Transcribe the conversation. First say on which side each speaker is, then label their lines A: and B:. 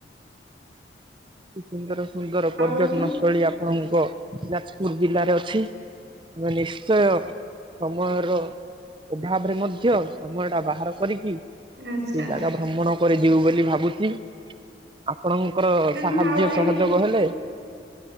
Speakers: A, on the right; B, on the right.
A: ଏତେ ସୁନ୍ଦର ସୁନ୍ଦର ପର୍ଯ୍ୟଟନ
B: ଆହୁରି
A: ସ୍ଥଳୀ ଆପଣଙ୍କ ଯାଜପୁର ଜିଲ୍ଲାରେ ଅଛି। ଆମେ ନିଶ୍ଚୟ ସମୟର ଅଭାବରେ ମଧ୍ୟ ସମୟ ଟା ବାହାର କରିକି
B: ଆଚ୍ଛା
A: ସେଇ ଜାଗା ଭ୍ରମଣ କରି ଯିବୁ ବୋଲି ଭାବୁଛି ଅପଣଙ୍କର
B: ମାନେ
A: ସାହାଯ୍ୟ
B: ଆହୁରି
A: ସହଯୋଗ
B: ହୁଁ
A: ହେଲେ